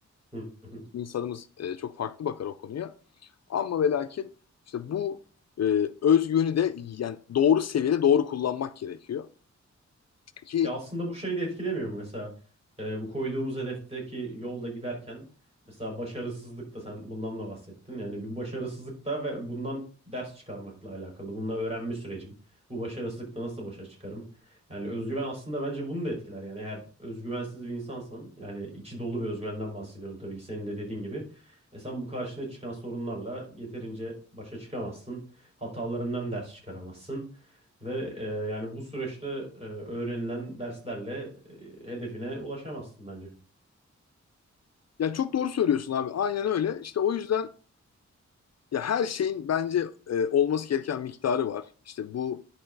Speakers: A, on the right; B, on the left.
A: hı, hı hı.
B: İnsanımız e, çok farklı bakar o konuya. Ama ve lakin işte bu e, özgüveni de yani doğru seviyede doğru kullanmak gerekiyor. Ki
A: Ya aslında bu şeyi de etkilemiyor mu? Mesela e, bu koyduğumuz hedefteki yolda giderken mesela başarısızlık da sen bundan da bahsettin. Yani bir başarısızlık da ve bundan ders çıkarmakla alakalı. Bununla öğrenme sürecim. Bu başarısızlıkta nasıl başa çıkarım? Yani özgüven aslında bence bunu da etkiler. Yani eğer özgüvensiz bir insansan yani içi dolu bir özgüvenden bahsediyorum tabii ki senin de dediğin gibi. E sen bu karşına çıkan sorunlarla yeterince başa çıkamazsın. Hatalarından ders çıkaramazsın. Ve e, yani bu süreçte e, öğrenilen derslerle e, hedefine ulaşamazsın bence.
B: yani çok doğru söylüyorsun abi. Aynen öyle. İşte o yüzden Ya her şeyin bence e, olması gereken miktarı var. İşte bu